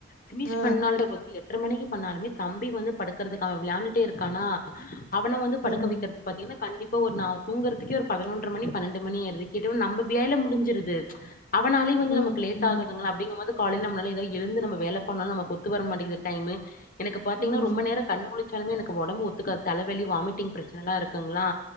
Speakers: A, on the left; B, on the left.
A: ஃபினிஷ்
B: ஆ,
A: பண்ணால போது எட்ரே மணிக்கு பண்ணாலுமே தம்பி வந்து படுக்குறதுக்கு அவே வெளாண்டுட்டே இருக்கானா அவன வந்து
B: ம்,
A: படுக்க வெக்கறது பாத்தீங்கன்னா கண்டிப் இப்ப ஒரு நா தூங்கறதுக்கே ஒரு பதினொன்ரே மணி பன்னெண்டு மணி ஆயிருது கேட்ட நம்ப வேல முடிஞ்சிருது அவனாலையு வந்து
B: ம்,
A: நமக்கு லேட்குதுங்க
B: ம்,
A: அப்படிங்கும்போது காலைலே நம்ப நல்ல இத எழுந்து நம்ம வேலை பண்ணாலு நமக்கு ஒத்து வர மாட்டிங்குது டைம்மு எனக்குபாத்தீங்க
B: ம்,
A: ரொம்ப நேர கண் முழுச் சாலுமே எனக்கு ஒடம்பு ஒத்துக்காது தலைவலி வாமிட்டிங் பிரச்சனல்லா இருக்குங்களா